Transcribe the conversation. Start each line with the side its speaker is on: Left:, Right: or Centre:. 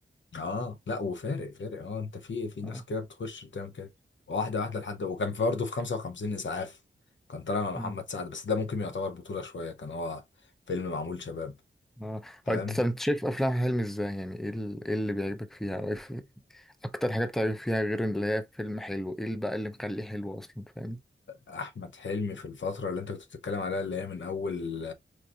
Left: اه لا وفارق فارق اه انت في في ناس
Centre: اه
Left: كده بتخش بتعمل كده واحده واحده لحد وكان في برضه في 55 اسعاف كان طالع مع محمد
Centre: امم
Left: سعد بس ده ممكن يعتبر بطوله شويه كان هو فيلم معمول شباب
Centre: اه
Left: فاهم
Centre: هو انت طب انت شايف افلام حلمي ازاي يعني ايه ال- إيه اللي بيعجبك فيها او ايه في- اكتر حاجه بتعجبك فيها غير اللي هي فيلم حلو ايه اللي بقى اللي مخليه حلو اصلا فاهم
Left: احمد حلمي في الفتره اللي انت كنت بتتكلم عليها اللي هي من اول